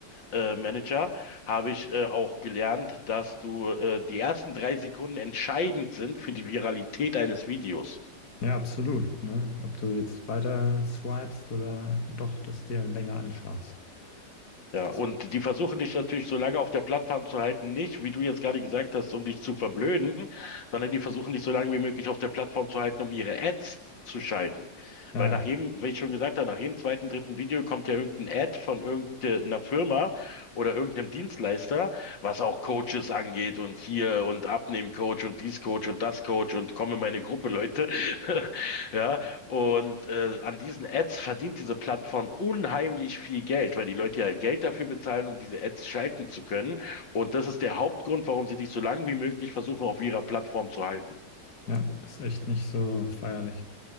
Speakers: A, on the left; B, on the left.
A: äh, Manager habe ich äh, auch gelernt, dass du äh, die ersten drei Sekunden entscheidend sind für die Viralität eines Videos.
B: Ja, absolut. Ne? Ob du jetzt weiter swipest oder doch dass dir länger anschaust.
A: Ja,
B: Das,
A: und die versuchen dich natürlich so lange auf der Plattform zu halten, nicht, wie du jetzt gerade gesagt hast, um dich zu verblöden, sondern die versuchen dich so lange wie möglich auf der Plattform zu halten, um ihre Ads zu schalten.
B: naja,
A: Weil nach jedem, wie ich schon gesagt habe, nach jedem zweiten, dritten Video kommt ja irgendein Ad von irgendeiner Firma oder irgendeinem Dienstleister, was auch Coaches angeht und hier und Abnehmen-Coach und dies Coach und das Coach und komm in meine Gruppe, Leute. <laughs> Ja, und äh, an diesen Ads verdient diese Plattform unheimlich viel Geld, weil die Leute ja Geld dafür bezahlen, um diese Ads schalten zu können. Und das ist der Hauptgrund, warum sie dich so lange wie möglich versuchen, auf ihrer Plattform zu halten.
B: Ja, ist echt nicht so feierlich.